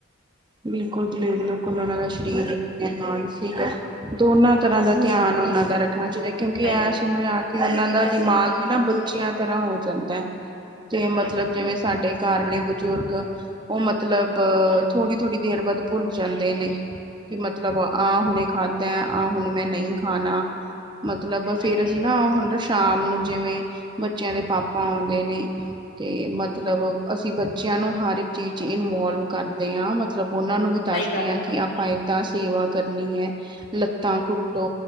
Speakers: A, on the right (about 25°); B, on the left (about 80°).
A: ਜੀ। ਬਿਲਕੁਲ ਬਿਲਕੁਲ ਉਹਨਾਂ ਦਾ ਸਰੀਰਕ, ਮਾਨਸਿਕ ਦੋਨਾਂ ਤਰ੍ਹਾਂ ਦਾ ਧਿਆਨ ਉਹਨਾਂ ਦਾ । ਰੱਖਣਾ ਚਾਹੀਦਾ ਹੈ। ਕਿਉਂਕਿ
B: ਸਹੀ
A: ਐਸ
B: ਗੱਲ
A: ਉਮਰੇ
B: ਹੈ
A: ਆ ਕੇ ਉਹਨਾਂ ਦਾ ਦਿਮਾਗ ਹੀ ਨਾ ਬੱਚਿਆਂ ਤਰ੍ਹਾਂ ਹੋ ਜਾਂਦਾ ਹੈ। ਤੇ ਮਤਲਬ ਜਿਵੇਂ ਸਾਡੇ ਘਰ ਨੇ ਬਜ਼ੁਰਗ ਉਹ ਮਤਲਬ। ਥੋੜ੍ਹੀ ਦੇਰ ਬਾਅਦ ਭੁੱਲ ਜਾਂਦੇ ਨੇ ਕਿ ਮਤਲਬ ਆਹ ਹੁਣੇ ਖਾਧਾ ਆਹ ਹੁਣੇ ਮੈਂ ਨਹੀਂ ਖਾਣਾ। ਮਤਲਬ
B: ਸਹੀ ਗੱਲ
A: ਫੇਰ
B: ਹੈ
A: ਅਸੀਂ ਨਾ ਹੁਣ ਤਾ ਸ਼ਾਮ। ਨੂੰ ਜਿਵੇਂ ਬੱਚਿਆਂ ਦੇ ਪਾਪਾ ਆਉਂਦੇ ਨੇ ਤੇ ਮਤਲਬ ਅਸੀਂ ਬੱਚਿਆਂ ਨੂੰ। ਹਰ ਇੱਕ ਚੀਜ਼ 'ਚ ਇਨਵੋਲਵ ਕਰਦੇ। ਕਰਦੇ ਹਾਂ। ਮਤਲਬ ਉਹਨਾਂ ਨੂੰ ਵੀ ਦੱਸਦੇ
B: ਸਹੀ ਗੱਲ
A: ਹਾਂ
B: ਹੈ
A: ਕਿ ਆਪਾਂ ਏਦਾਂ ਸੇਵਾ ਕਰਨੀ ਹੈ। ਲੱਤਾ ਕੁੱਟੋ